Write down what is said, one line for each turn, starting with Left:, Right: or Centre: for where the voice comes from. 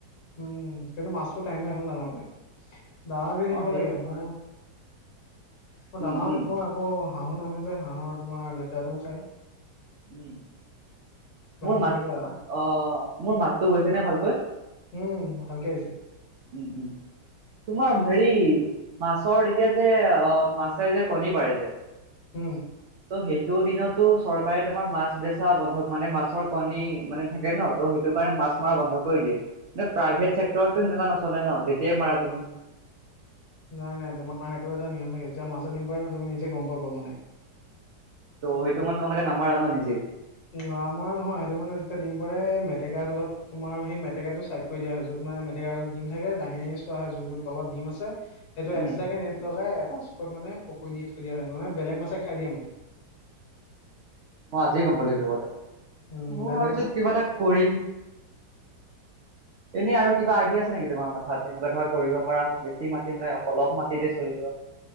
Left: উম, কিন্তু মাছটো টাইম লাগ ন' ডাঙৰ হওঁতে দানা দি থাকিব
Right: অ সেইটো
Left: লাগে। মোৰ
Right: হয়
Left: মই দানাও
Right: উম উম
Left: দিওঁ, আকৌ হাঁহো আনে যে হাঁহৰ তোমাৰ লেতেৰাটোও খাই।
Right: উম, মোৰ
Left: গৈ
Right: মাত,
Left: থাকে আৰু
Right: অ, মোৰ মাতটো গৈছে নে ভালকৈ?
Left: উম, ভালকে আহিছে।
Right: উম, উম। তোমাৰ হেৰি মাছৰ এতিয়া যে অ, মাছে যে কণী পাৰে যে
Left: উম।
Right: ত' সেইটো দিনতো চৰকাৰে তোমাক মাছ বেচা বন্ধক, মানে মাছৰ কণী মানে থাকে ন ত' সেইটো কাৰণে মাছ মাৰা বন্ধ কৰি দিয়ে। মানে প্ৰাইভেট চেক্টৰতটো সেনেকুৱা নচলে ন যেতিয়াই মাৰা তুমি।
Left: নাই- নাই তোমাৰ সেইটো এটা নিয়ম থাকে। যেতিয়া মাছে দিম পাৰে ন, তুমি নিজে গম পাবা মানে।
Right: ত', সেইটো মানে তোমালোকে নাম্বাৰ আনে নিজে?
Left: না আমাৰ নহয়, সেইটো মানে যেতিয়া দিম পৰে, এই মেটেকাৰ তলত তোমাৰ সেই মেটেকাটো চাইড কৰি দিয়া হয়। য'ত মানে মেটেকা ডিম থাকে দাঙি-দাঙি চোৱা হয় যোনটো তলত ডিম আছে সেইটো এক্সট্ৰাকে
Right: উম
Left: নেট লগাই এটা চুকত মানে পুখুৰি দি থৈ দিয়া হয়, মানে বেলেগ মাছে খাই দিয়ে মানে।
Right: মই আজি গম পালোঁ এইটো কথা।
Left: উম,
Right: মই
Left: বেলেগ
Right: ভাবিছোঁ
Left: মাছে
Right: কিবা এটা কৰিম। এনেই আৰু কিবা আইডিয়া আছে নেকি তোমাৰ মাঠাত? এনেকুৱা ধৰা কৰিব পাৰা বেছি মাটি নালাগে অলপ মাটিতে চলি যোৱা।